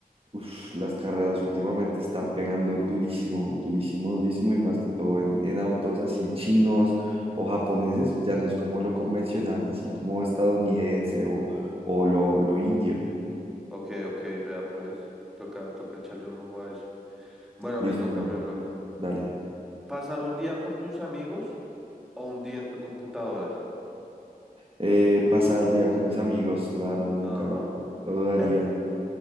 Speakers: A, on the right; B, in the centre.
A: uf, las carreras últimamente están pegando durísimo, durísimo, durísimo y más que todo en, en autos así chinos o japoneses. Ya no es como lo convencional, así como estadounidense o, o lo, lo indio.
B: Ok, ok, vea pues, toca, toca echarle un ojo a eso. Bueno,
A: Listo,
B: me toca, mi bro.
A: dale.
B: ¿Pasar un día con tus amigos o un día en tu computadora?
A: Eh, pasar el día con mis amigos, la verdad, nunca
B: Ah,
A: lo, lo dudaría.
B: <laughs>